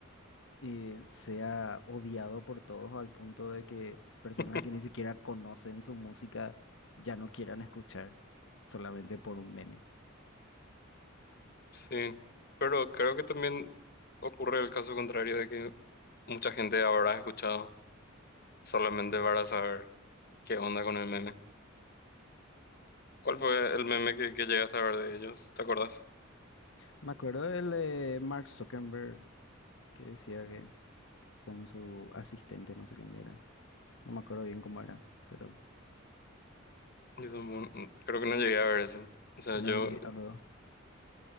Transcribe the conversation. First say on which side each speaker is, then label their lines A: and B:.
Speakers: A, on the left; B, on the left.
A: eh, sea odiado por todos al punto de que personas
B: <laughs>
A: que ni siquiera conocen su música ya no quieran escuchar solamente por un meme.
B: sí, pero creo que también ocurre el caso contrario de que mucha gente habrá escuchado solamente para saber. ¿Qué onda con el meme? ¿Cuál fue el meme que, que llegaste a ver de ellos? ¿Te acuerdas?
A: Me acuerdo del de Mark Zuckerberg que decía que con su asistente, no sé qué mierda. No me acuerdo bien cómo era, pero
B: Yo tampoco- creo que no llegué a ver ese. O sea,
A: era
B: yo,
A: un video luego.